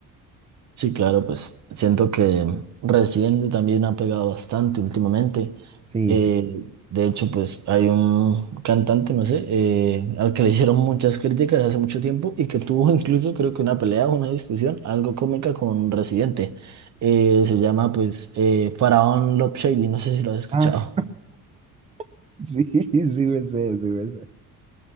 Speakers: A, on the right; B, on the right.
A: Sí, claro, pues siento que Residente también ha pegado bastante últimamente.
B: Sí,
A: Eh,
B: sí.
A: de hecho, pues hay un cantante, no sé, eh, al que le hicieron muchas críticas hace mucho tiempo y que tuvo incluso creo que una pelea o una discusión algo cómica con Residente. Eh, se llama pues eh, Faraón Love Shady, no sé si lo has escuchado.
B: Ah, <laughs> sí, sí me sé, sí me sé.